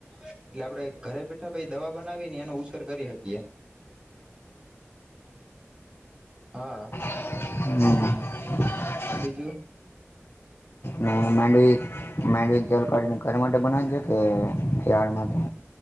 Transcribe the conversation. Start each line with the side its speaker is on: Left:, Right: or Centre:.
Right: એટલે આપડે ઘરે બેઠા પાઈ દવા બનાવીને એનો ઉછેર કરી <inaudible> હા
Left: <inaudible>
Right: બીજું?
Left: અને માંડવી માંડીને તેલ કાઢીને <inaudible> બનાવ છે કે <inaudible> માટે?